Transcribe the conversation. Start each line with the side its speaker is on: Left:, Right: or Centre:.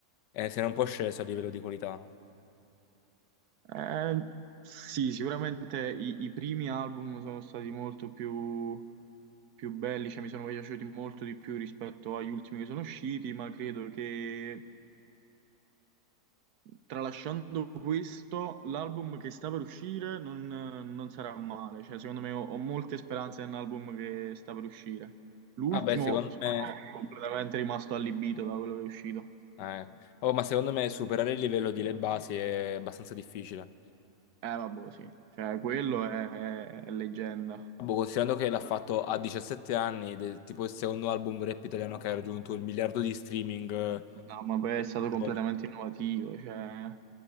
Left: eh, si era un po' sceso a livello di qualità.
Right: Eh, sì, sicuramente i, i primi album sono stati molto più, più belli, cioè mi sono piaciuti molto di più rispetto agli ultimi che sono usciti, ma credo che tralasciando questo, l'album che sta per uscire non, non sarà male, cioè secondo me ho, ho molte speranze nell'album che sta per uscire. L'ultimo
Left: Vabbè, secondo
Right: sono
Left: me...
Right: completamente rimasto allibito da quello che è uscito.
Left: eh, oh, ma secondo me superare il livello di Le Basi è abbastanza difficile.
Right: Eh, vabbè, sì, cioè quello è è leggenda.
Left: Boh, considerando che l'ha fatto a 17 anni, ed è tipo il secondo album rap italiano che ha raggiunto il miliardo di streaming.
Right: No, ma poi
Left: eh,
Right: è stato completamente
Left: per-
Right: innovativo, cioè,